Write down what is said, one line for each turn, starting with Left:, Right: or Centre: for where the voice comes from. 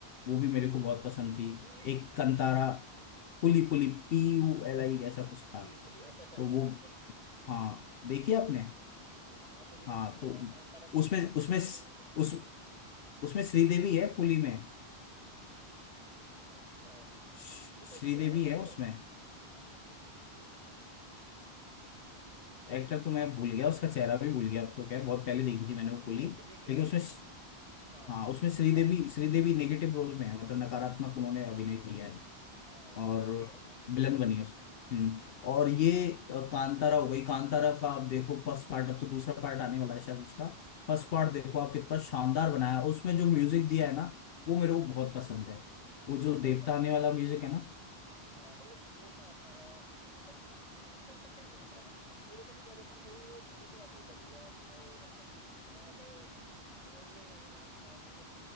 Left: वो भी मेरे को
Right: पुल
Left: बहुत पसंद थी
Right: पुली
Left: एक Kantara Puli Puli P U L
Right: अच्छा
Left: I ऐसा कुछ था
Right: पुली पुली अच्छा अच्छा
Left: तो
Right: हाँ
Left: वो
Right: हाँ पुली
Left: हाँ देखिए आपने
Right: हम्म। हाँ पुली देखी
Left: हाँ
Right: है मैंने
Left: तो
Right: कांतारा
Left: उसमें
Right: यार कांतारा
Left: उसमें
Right: में का-
Left: उस उसमें
Right: हाँ
Left: श्रीदेवी है पुली में
Right: अच्छा
Left: श-
Right: वो तो
Left: श्रीदेवी
Right: उसकी है ना
Left: है
Right: शायद
Left: उसमें
Right: अम, इसकी अरे यार ये
Left: एक्टर
Right: है
Left: तो मैं
Right: तो
Left: भूल गया उसका चेहरा भी भूल गया अब तो खैर बहुत पहले देखी
Right: हम्म,
Left: थी मैंने वो
Right: विजय
Left: पुली
Right: विजय की
Left: लेकिन
Right: है विजय
Left: उसमें श-
Right: की हाँ
Left: हाँ उसमें
Right: विजय
Left: श्रीदेवी
Right: की है वो
Left: श्रीदेवी नेगेटिव रोल में है मतलब नकारात्मक उन्होंने
Right: हाँ।
Left: अभिनय किया है
Right: हाँ
Left: और
Right: विजय है उसमें विजय
Left: विलन बनी है उसमें हम्म
Right: हम्म
Left: और ये अ, कांतारा हो गई कांतारा का आप देखो फर्स्ट पार्ट अब तो दूसरा पार्ट आने वाला है शायद उसका फर्स्ट पार्ट देखो आप कितना शानदार बनाया है। उसमें जो म्यूजिक दिया है ना वो मेरे
Right: हम्म
Left: को बहुत पसंद है वो
Right: यार
Left: जो देवता
Right: कांतारा में
Left: आने वाला म्यूजिक है ना
Right: हाँ मतलब देवता आता है उसमें मतलब कांतारा में आपको ऐसा क्या पसंद आया मतलब मेरे को तो ज्यादातर मूवी वो थोड़ी सी ऐसे ही लगी यार बताओ मतलब पहले लोग अ, मतलब